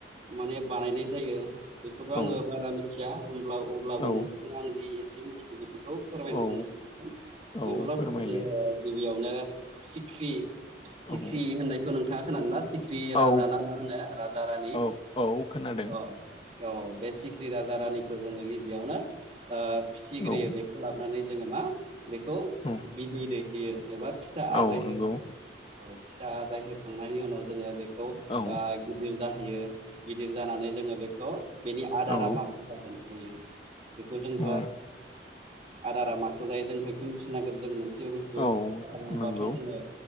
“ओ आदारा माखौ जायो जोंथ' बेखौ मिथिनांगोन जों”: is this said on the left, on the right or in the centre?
Right